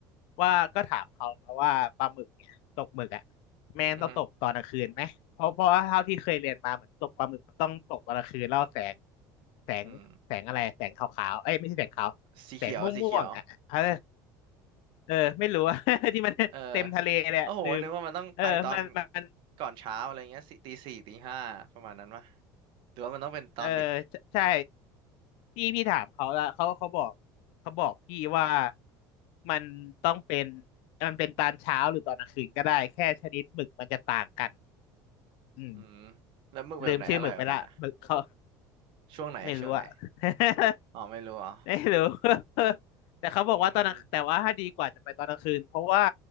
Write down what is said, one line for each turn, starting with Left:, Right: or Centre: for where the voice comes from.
Left: ว่าก็ถามเขามาว่าปลาหมึกเนี่ยตกหมึกอ่ะแม่งต้องตกตอนกลางคืนไหมเพราะเพราะว่าเท่าที่เคยเรียนมาเหมือนตกปลาหมึกมันต้องตกตอนกลางคืนแล้วแสง
Right: อือฮึ
Left: แสงแสงอะไรแสงขาวๆเอ้ยไม่ใช่แสงขาวแสงม่วงๆอ่ะเออ
Right: อืมสีเขียวสีเขียว
Left: เออไม่รู้อะ <laughs> ที่มันเต็มทะเลเลยอะลืม
Right: เออโอ้โหนึกว่ามันต้องไปตอน
Left: เออมันมัน
Right: ก่อนเช้าอะไรเงี้ยสิตีสี่ตีห้าประมาณนั้นปะหรือว่ามันต้องเป็นตอนดึก
Left: เออใช่พี่พี่ถามเขาแล้วเขาเขาบอกเขาบอกพี่ว่ามันต้องเป็นมันเป็นตอนเช้าหรือตอนกลางคืนก็ได้แค่ชนิดหมึกมันจะต่างกันอืม
Right: อืมแล้วหมึกแบบไหนอร่อยกว่ากันอ่ะ
Left: ลืมชื่อหมึกไปละหมึกเขา
Right: ช่วงไหนช่วงไหน
Left: ไม่รู้อะ <laughs>
Right: อ๋อไม่รู้อ๋อ
Left: ไม่รู้ <laughs> แต่เขาบอกว่าตอนกลางแต่ว่าถ้าดีกว่าจะไปตอนกลางคืนเพราะว่า
Right: อืม